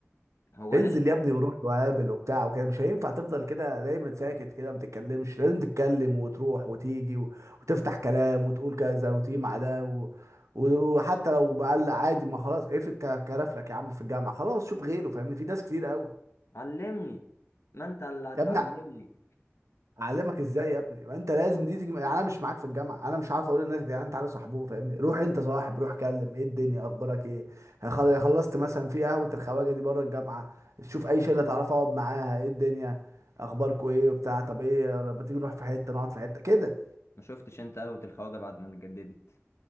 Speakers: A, on the left; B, on the right.
A: هو
B: انزل
A: لازم
B: يا ابني وروح وقابل وبتاع وكده مش هينفع تفضل كده دايما ساكت كده ما تتكلمش لازم تتكلم وتروح وتيجي و... وتفتح كلام وتقول كذا وتيجي مع ده و... و- وحتى لو مقلق عادي ما خلاص اقفل ك- كرفلك يا عم في الجامعه خلاص شوف غيره فاهمني في ناس كتير قوي
A: علمني ما انت اللي هتعلمني
B: يا ابني اعلمك ازاي يا ابني ما انت لازم دي تيجي انا مش معاك في الجامعه انا مش عارف اقول للناس يا جدعان تعالوا صاحبوه فاهمني روح انت صاحب روح كلم ايه الدنيا اخبارك ايه خل- خلصت مثلا في قهوه الخواجه دي بره الجامعه شوف اي شله تعرف اقعد معاها ايه الدنيا اخباركوا ايه وبتاع طب ايه لما تيجي نروح في حته نقعد في حته كده
A: ما شفتش انت قهوة الخواجة بعد ما اتجددت